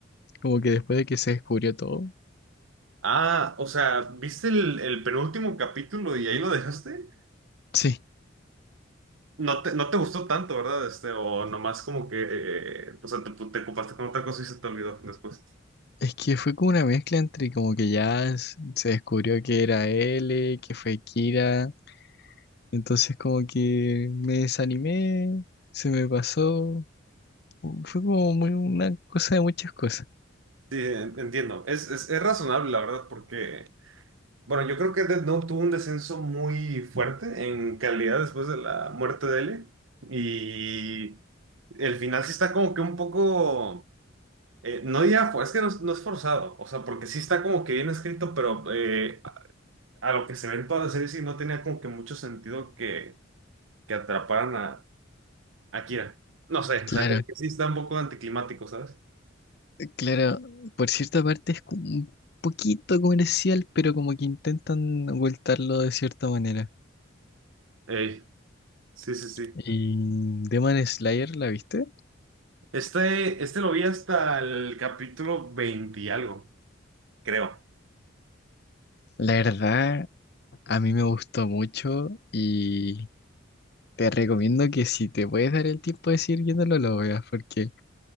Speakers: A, on the left; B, on the right.
A: Como que después de que se descubrió todo.
B: Ah, o sea, ¿viste el, el penúltimo capítulo y ahí lo dejaste?
A: Sí,
B: No te, no te gustó tanto, ¿verdad? Este, o nomás como que, eh, o sea, te, te ocupaste con otra cosa y se te olvidó después.
A: es que fue como una mezcla entre como que ya s- se descubrió que era L, que fue Kira, entonces como que me desanimé, se me pasó, u- fue como muy una cosa de muchas cosas.
B: Sí, en- entiendo. Es, es, es razonable, la verdad, porque Bueno, yo creo que Death Note tuvo un descenso muy fuerte en calidad después de la muerte de L. Y el final sí está como que un poco. eh, no diría, fo- es que no, es no es forzado. O sea, porque sí está como que bien escrito, pero eh, a lo que se ve en toda la serie sí no tenía como que mucho sentido que, que atraparan a, a Kira. No sé, o
A: Claro,
B: sea, como que sí está un poco anticlimático, ¿sabes?
A: eh, claro, por cierta parte es como un poquito comercial, pero como que intentan ocultarlo de cierta manera.
B: Ey, sí, sí, sí.
A: Y Demon Slayer, ¿la viste?
B: Este, este lo vi hasta el capítulo 20 y algo, creo.
A: La verdad, a mí me gustó mucho y Te recomiendo que si te puedes dar el tiempo de seguir viéndolo, lo veas, porque